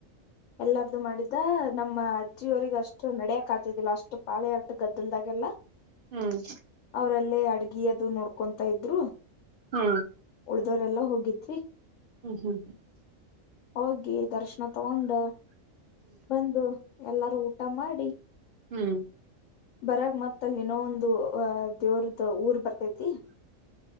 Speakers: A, on the left; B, on the right.
A: ಎಲ್ಲಾರ್ದು ಮಾಡಿದ್ದ ನಮ್ಮ. ಅಜ್ಜಿಯವರಿಗ ಅಷ್ಟು ನಡೆಯಾಕ್ ಅತಿದಿಲ್ಲ ಅಷ್ಟು ಪಾಳೆ ಅಲ್ಲಿ. ಗದ್ದಲ್ದಾಗೆಲ್ಲ.
B: ಹ್ಮ್
A: ಅವ್ರಲ್ಲೇ ಅಡಗಿ. ಅಡಗಿ ಅದು ನೋಡ್ಕೊಂತಾ ಇದ್ರು.
B: ಹ್ಮ
A: ಉಳ್ದವರೆಲ್ಲಾ ಹೋಗಿದ್ವಿ
B: ಹ್ಮ್
A: ಹೋಗಿ ದರ್ಶನ ತಗೊಂಡ ಬಂದು. ಎಲ್ಲಾರು ಊಟ ಮಾಡಿ.
B: ಹ್ಮ್
A: ಬರಾಗ ಮತ್ತಲ್ಲಿ ಇನ್ನ ಒಂದು ಅ ದೇವ್ರ್ದ ಊರ್ ಬರ್ತೈತಿ.